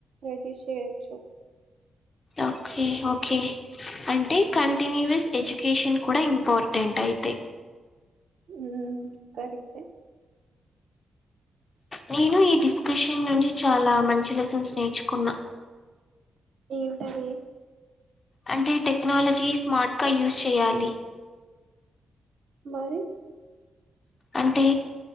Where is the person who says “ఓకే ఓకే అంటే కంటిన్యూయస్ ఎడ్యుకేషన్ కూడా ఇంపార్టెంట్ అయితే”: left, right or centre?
Left